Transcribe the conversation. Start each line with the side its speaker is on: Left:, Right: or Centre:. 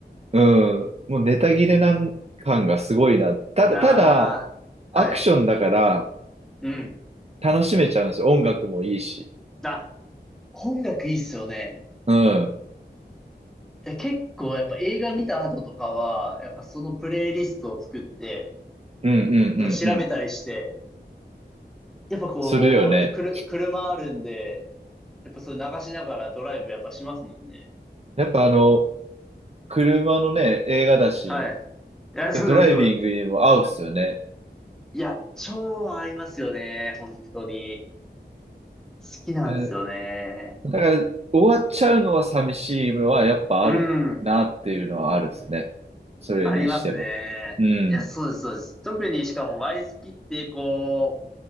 Right: うん、もうネタ切れなん感がすごいな。ただ、
Centre: なあ、
Right: ただ、アクションだから
Centre: はい。うん。
Right: 楽しめちゃうんですよ。音楽もいいし。
Centre: あ、音楽いいっすよね。
Right: うん、うん
Centre: え結構やっぱ映画見た後とかは、やっぱそのプレイリストを作って、
Right: うんう
Centre: とか調べたりして、
Right: んうん。
Centre: やっぱこう、
Right: するよね。
Centre: やっぱくる、車あるんで、やっぱそれ流しながらドライブやっぱしますもんね。
Right: やっぱあの、車のね、映画だし、
Centre: はい。いや、そうです、
Right: ドライビングにも合うっすよね。
Centre: そうです。いや、超合いますよね。本当に。好きなんですよね。
Right: うんだから、終わっちゃうのは寂しいのはやっぱあるなっていうのはあるですね。
Centre: うん。
Right: それにしても。
Centre: ありますね。
Right: うん、
Centre: いや、そうです、そうです。特にしかもワイスピって、こ